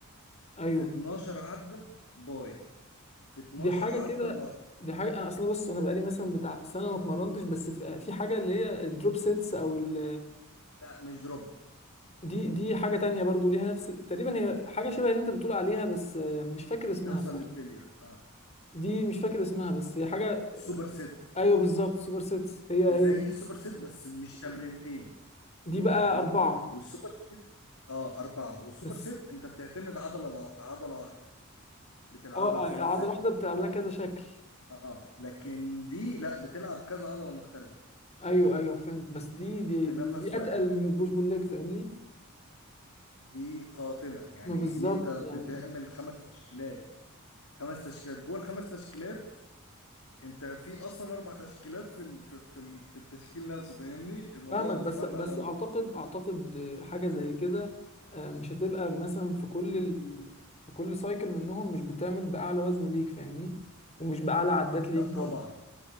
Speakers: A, on the left; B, on the left.
A: ايوه
B: في 12 عدة باي في 12
A: دي حاجه
B: عدة
A: كده
B: ظهر
A: دي حاجه انا اصلا بص انا بقالي مثلا بتاع سنه ما اتمرنتش بس في, في حاجه اللي هي الدروب سيتس او ال
B: لا مش دروب
A: دي دي حاجه تانية برضو ليها نفس ال- تقريبا هي حاجه شبه اللي انت بتقول عليها بس مش فاكر اسمها
B: بتوصل
A: فوق
B: للفيلير اه
A: دي مش فاكر اسمها بس هي حاجه
B: سوبر سيت
A: ايوه بالظبط سوبر سيتس هي
B: زي
A: هي دي
B: السوبر سيت بس مش تمرينتين
A: دي بقى
B: فاهمني
A: اربعه
B: والسوبر سيت اه أربعة والسوبر
A: بس
B: سيت أنت بتعتمد عضلة عضلة واحدة بتلعبها
A: اه آه،
B: سوبر سيت
A: عضله واحده بتلعب لها كذا شكل
B: اه لكن دي لا بتلعب كذا عضلة مختلفة
A: ايوه ايوه فهمت بس دي دي
B: في
A: دي,
B: نفس
A: دي
B: واحد
A: اتقل من البوش بول ليج فاهمني
B: دي قاتلة يعني
A: ما بالظبط
B: دي انت بتعمل
A: يعني
B: خمس تشكيلات خمس تشكيلات جوه الخمس تشكيلات انت في اصلا اربع تشكيلات في ال... في في, ال... في التشكيل نفسه فاهمني الموضوع
A: فاهمك
B: متفرع
A: بس بس
B: قوي
A: اعتقد اعتقد حاجه زي كده آه، مش هتبقى مثلا في كل
B: مم.
A: ال... في كل سايكل منهم مش بتعمل باعلى وزن ليك فاهمني ومش باعلى عدات ليك
B: لا
A: برضه
B: طبعا